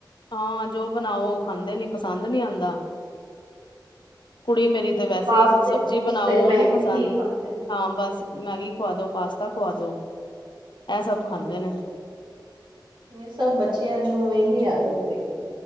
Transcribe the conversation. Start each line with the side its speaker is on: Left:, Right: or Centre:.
Left: ਹਾਂ, ਜੋ ਬਣਾਓ ਉਹ ਖਾਂਦੇ ਨੀ, ਪਸੰਦ ਨੀ ਆਂਦਾ। ਕੁੜੀ ਮੇਰੀ
Right: ਉਹ
Left: ਤੇ ਵੈਸੇ
Right: ਪਾਸਤੇ
Left: ਹੀ ਸਬਜ਼ੀ
Right: ਪੂਸਤੇ
Left: ਬਣਾਉ,
Right: ਮੈਗੀ
Left: ਉਹ ਨੀ ਪਸੰਦ
Right: ਹੀ ਖਾਂਦੇ ਨੇ
Left: ਹਾਂ, ਬਸ। ਮੈਗੀ ਖਵਾ ਦੋ, ਪਾਸਤਾ ਖਵਾ ਦੋ, ਐ ਸਭ
Right: ਹੂੰ
Left: ਖਾਂਦੇ ਨੇ।
Right: ਇਹ ਸਭ ਬੱਚਿਆਂ ਨੂੰ, ਇਹੀ ਆਦਤ ਪਈ।